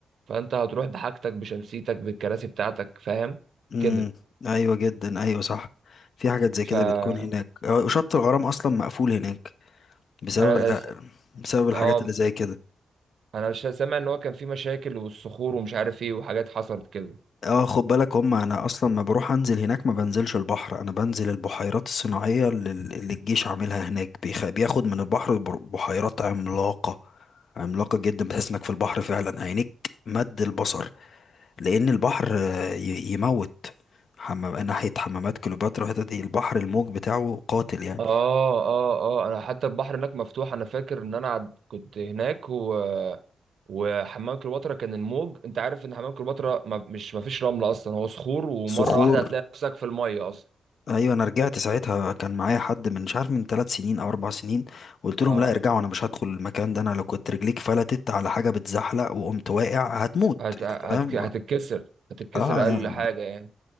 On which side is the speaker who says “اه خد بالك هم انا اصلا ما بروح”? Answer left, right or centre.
Left